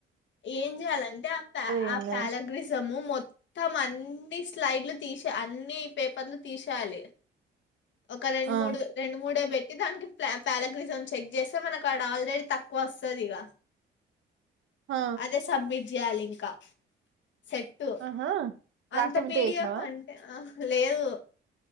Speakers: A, on the left (about 65°); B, on the right (about 75°).
A: ఏం చెయాలంటే ఆ ప
B: ఏందో
A: ఆ ప్యాలగ్రిజము మొత్తం అన్ని స్లైడ్లు తీస అన్ని పేపర్లు తీసేయాలి ఒక రెండు
B: ఆ
A: మూడు రెండు మూడే పెట్ దానికి ప పారాగ్రిజమ్ చెక్ చేస్తే మనకు అడ ఆల్రెడీ తక్కువ వస్తుంది ఇక
B: ఆ
A: అదే సబ్మిట్ చేయాలి ఇంకా సెట్టు
B: ఆహా
A: అంత
B: లాస్ట్ టైం
A: పీడిఎఫ్
B: ఇంతే చేసినావా
A: అంటే లేదు